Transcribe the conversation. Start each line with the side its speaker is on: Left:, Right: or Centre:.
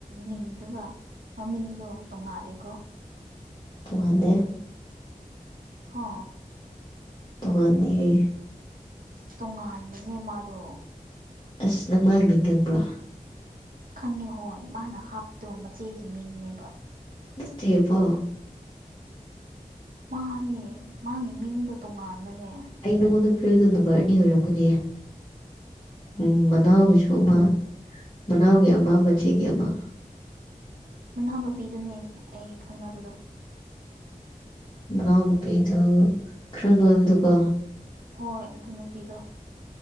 Right: ꯃꯤꯡꯗꯨꯒ ꯃꯃꯤꯡꯗꯣ ꯇꯣꯡꯉꯥꯜꯂꯦꯀꯣ
Left: ꯇꯨꯡꯉꯥꯟꯗꯦ
Right: ꯍꯥ
Left: ꯅꯣꯉꯥꯟꯂꯤꯍꯦ
Right: ꯇꯣꯉꯥꯟꯕꯅꯦ ꯃꯥꯗꯣ
Left: ꯑꯁ ꯅꯪ ꯃꯥꯏ ꯃꯤꯡ ꯈꯪꯕ꯭ꯔꯥ
Right: ꯈꯪꯉꯦ ꯍꯣꯏ ꯃꯥꯅ ꯍꯥꯞꯄꯗꯣ ꯃꯆꯦꯒꯤ ꯃꯤꯡꯅꯦꯕ
Left: ꯅꯠꯇꯦꯕꯣ
Right: ꯃꯥꯅꯦ ꯃꯥꯒꯤ ꯃꯤꯡꯗꯣ ꯇꯣꯡꯉꯥꯟꯕꯅꯦ
Left: ꯑꯩ ꯅꯉꯣꯟꯗ ꯄ꯭ꯔꯗ ꯅꯝꯕꯔ ꯑꯅꯤ ꯑꯣꯏꯔꯝꯒꯅꯤ ꯎ ꯃꯅꯥꯎꯒꯤꯁꯨ
Right: ꯑꯅꯤ
Left: ꯑꯃ ꯃꯅꯥꯎꯒꯤ ꯑꯃ ꯃꯆꯦꯒꯤ ꯑꯃ
Right: ꯃꯅꯥꯎꯅꯨꯄꯤꯗꯨꯅꯦ ꯑꯩ ꯈꯪꯅꯕꯗꯣ
Left: ꯃꯅꯥꯎ ꯅꯨꯨꯄꯤꯗꯨ ꯈꯔ ꯅꯣꯏꯕꯗꯨꯀꯣ
Right: ꯍꯣꯏ ꯑꯗꯨ ꯅꯨꯄꯤꯗꯣ